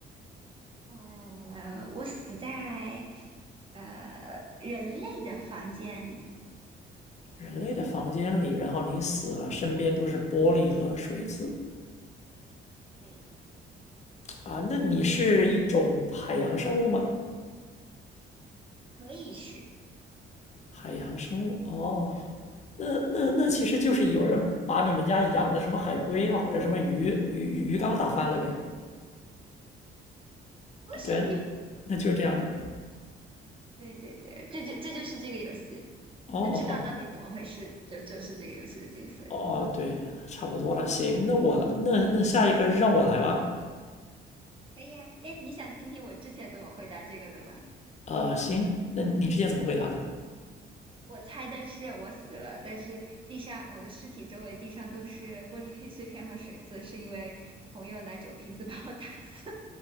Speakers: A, on the right; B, on the left.
A: 嗯，呃，我死在呃人类的房间里，
B: 人类的房间里，然后你死了，身边都是玻璃和水渍
A: 对，
B: 啊。那你是一种海洋生物吗？
A: 可以是，
B: 海洋生物哦，那那那其实就是有人把你们家养的什么海龟啊，或者什么鱼鱼鱼鱼缸打翻了呗。
A: 恭喜你，
B: 啊，对，那就是这样的。
A: <laughs> 对对对，这就这就是这个游戏。
B: 哦，
A: 就知道到底怎么回事，
B: 好吧，
A: 就就是这个游戏的精髓。
B: 哦，对，差不多了。行，那我那那下一个让我来吧。
A: 可以啊，哎，你想听听我之前怎么回答这个的吗？
B: 呃，行，那你之前怎么回答的？
A: 我猜的是我死了，但是地上我的尸体周围地上都是玻璃片碎片和水渍，是因为朋友拿酒瓶子把我砸死。